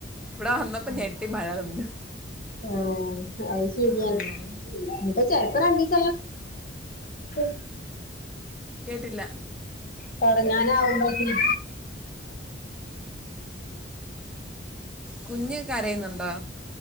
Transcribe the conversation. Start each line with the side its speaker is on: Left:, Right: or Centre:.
Centre: ഇവിടെ വന്നപ്പോ
Left: ആ
Centre: ഞെട്ടി മഴ തന്നു
Left: ആഹ അത് ശരിയാണ്
Centre: ഉം.
Left: ഇനിപ്പം ചെലപ്പം രണ്ടീസ <unintelligible>
Centre: കേട്ടില്ല
Left: തുടങ്ങാനവുമ്പോഴത്തിന്
Centre: കുഞ്ഞ് കരയുന്നുണ്ടോ